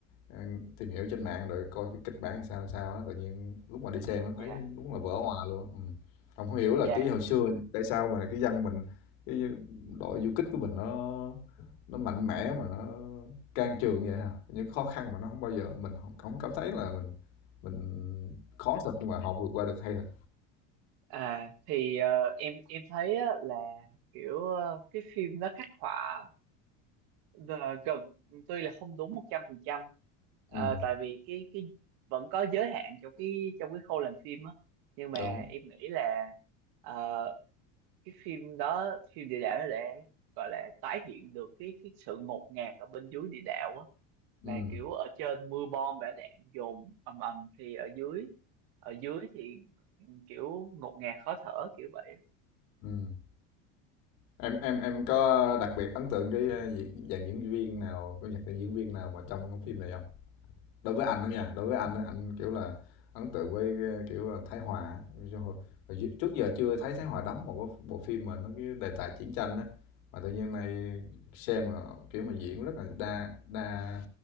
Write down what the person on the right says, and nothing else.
dạ,
dạ.
À thì ờ, em em thấy á, là kiểu ờ, cái phim nó khắc họa ờ, gần tuy là không đúng một trăm phần trăm ờ,
tại vì cái cái vẫn có giới hạn trong cái trong cái khâu làm phim á nhưng mà
em nghĩ là ờ, cái phim đó phim địa đạo nó để gọi là tái hiện được cái cái sự ngột ngạt ở bên dưới địa đạo á mà
kiểu ở trên mưa bom bão đạn dồn ầm ầm thì ở dưới ở dưới thì kiểu ngột ngạt khó thở kiểu vậy